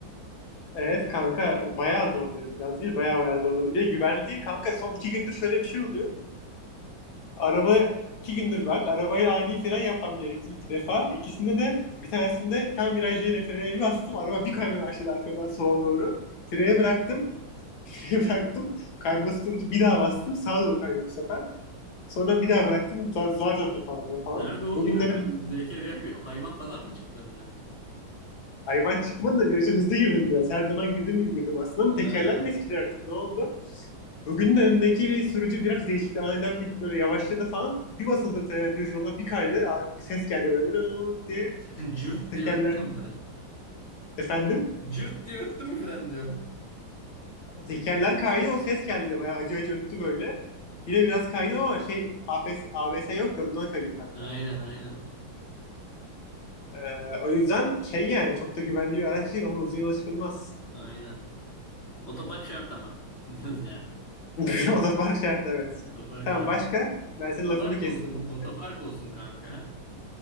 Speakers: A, on the left (about 75°); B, on the left (about 35°).
A: Evet kanka bayağı zorluyor biraz değil. Bayağı bayağı zorluyor. Bir de güvenli değil kanka. Son iki gündür şöyle bir şey oluyor. Araba iki gündür bak. Arabaya ani fren yapmam gerekti iki defa. İkisinde de bir tanesinde tam virajda yine frene bir bastım. Araba bir kaymaya başladı arkadan sola doğru. Freye bıraktım. <laughs> Freye bıraktım. Kayması durdu. Bir daha bastım. Sağa doğru kaydı bu sefer. Sonra bir daha bıraktım. Zar zar, zor toparladım falan.
B: Nerede oldu
A: Bugünler
B: oğlum?
A: de
B: Bu Zekeriya hayvan falan mı çıktı önüne?
A: hayvan çıkmadı da viraja hızlı girdim biraz. Her zaman girdiğim gibi girdim aslında ama
B: Ha.
A: tekerler mi eskidi artık ne oldu? Bugün de önümdeki bir sürücü biraz değişikti. Aniden bir böyle yavaşladı falan. Bir basıldım falan yani düz yola bir kaydı. Abi bir ses geldi böyle "Rrrt" diye.
B: <laughs> Cırt
A: Tekerler.
B: diye öttü mü fren?
A: Efendim?
B: Cırt diye öttü mü fren diyorum.
A: Tekerler kaydı o ses geldi bayağı acı acı öttü böyle. Yine biraz kaydım ama şey ABS, ABS yok ya ondan kayıyor kanka.
B: Aynen aynen.
A: Ee, o yüzden şey yani çok da güvenli bir araç değil. Onunla uzun yola çıkılmaz.
B: Aynen. Otopark şart ama. <laughs> Diyoruz yani.
A: <laughs> Otopark şart evet.
B: Otopark
A: Tamam
B: şart.
A: başka? Ben
B: Otopark
A: senin lafını kestim.
B: olsun.
A: bak.
B: Otopark olsun kanka.